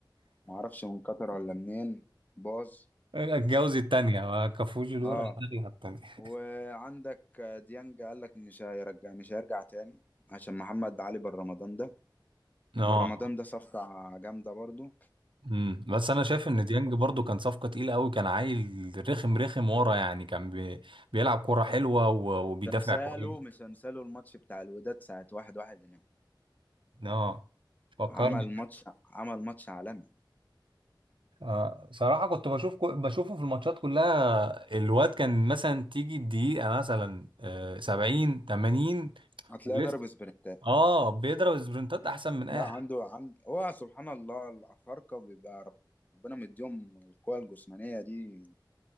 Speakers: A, on the left; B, on the right.
A: ما اعرفش من قطر ولا منين باظ
B: اتجوز التانية
A: ولا-
B: ما كفوش الورق
A: اه
B: التانية <laughs>
A: وعندك ديانج قال لك مش هيرجع مش هيرجع تاني عشان محمد علي بالرمضان ده
B: اه
A: بالرمضان ده صفقة جامدة برضو
B: امم بس انا شايف ان ديانج برضو كان صفقه تقيله قوي كان عيل رخم رخم ورا يعني كان بي... بيلعب كوره حلوه و... وبيدافع
A: وتمثاله
B: كويس
A: مش هنساله الماتش بتاع الوداد ساعة واحد واحد هناك
B: اه فكرني
A: عمل ماتش عمل ماتش عالمي
B: آه صراحه كنت بشوف كو... بشوفه في الماتشات كلها الواد كان مثلا تيجي الدقيقه مثلا آه 70 80
A: هتلاقيه
B: ولسه
A: ضرب سبرنتات
B: اه بيضرب سبرنتات احسن من اي
A: لا
B: حد
A: عنده عند هو سبحان الله الأفارقة بيبقى ربنا مديهم القوة الجسمانية دي